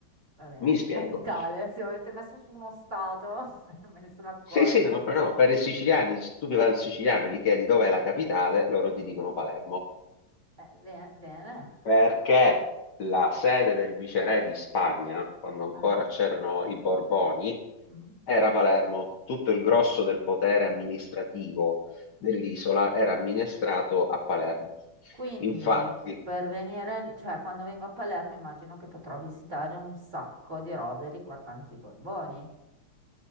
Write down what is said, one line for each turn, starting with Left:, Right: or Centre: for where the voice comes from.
Right: va bene.
Left: Mi spiego.
Right: Capitale. Se avete messo su uno stato, <laughs> non me ne sono accorta.
Left: Sì, sì, no, no, per i siciliani,
Right: Sì.
Left: se tu che vai al siciliano e gli chiedi dov'è la capitale, loro ti dicono Palermo.
Right: Eh, be- bene.
Left: perché la sede del viceré di Spagna, quando ancora
Right: Eh?
Left: c'erano i Borboni,
Right: mm.
Left: era a Palermo. Tutto il grosso del potere amministrativo dell'isola era amministrato a Palermo.
Right: Quindi,
Left: Infatti,
Right: per venire, lì- cioè quando vengo a Palermo immagino che potrò visitare un sacco di robe riguardanti i Borboni.